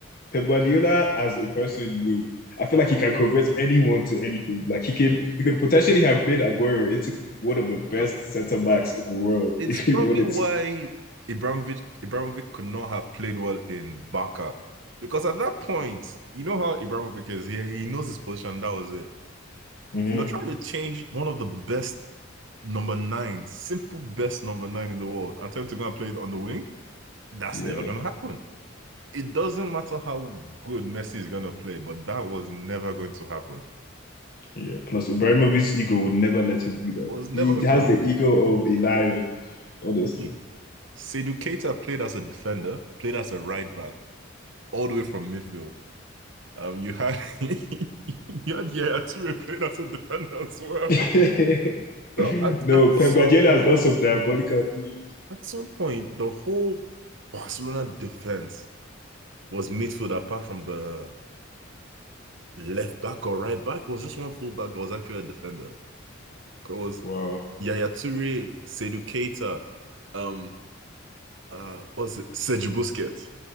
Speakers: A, on the left (about 45°); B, on the right (about 65°).
A: Pep Guardiola as a person would. I feel like he can convert anyone to anything. Like he could,
B: I mean,
A: he could potentially have made Aguero into one of the best
B: look,
A: center backs in the world
B: it's
A: <laughs> if he
B: probably
A: wanted
B: why
A: to.
B: Ibrahimovic Ibrahimovic could not have played well in Barca because at that point, you know how Ibrahimovic is. Yeah, he knows his position. That was it.
A: Mhm.
B: You're trying to change one of the best number nine, simple best number nine in the world, and tell him to go and play it on the wing. That's
A: Yeah,
B: never gonna happen. it doesn't matter how good Messi is gonna play, but that was never going to happen.
A: yeah. Plus, Ibrahimovic's ego would never let him do that.
B: It Was never
A: He
B: going
A: has
B: to happen.
A: the ego of a lion, honestly.
B: Hmm. Seydou Keita played as a defender, played as a right back, all the way from midfield. Um, you had <laughs> you had Yaya Toure played as a defender as well.
A: <laughs>
B: So at
A: No,
B: at some
A: Pep Guardiola has
B: point,
A: done some diabolical things.
B: at some point, the whole Barcelona defense was midfield apart from the left back or right back. It was just one full back that was actually a defender. It was
A: Wow.
B: Yaya Toure, Seydou Keita, um, uh, what's it, Serge Busquets.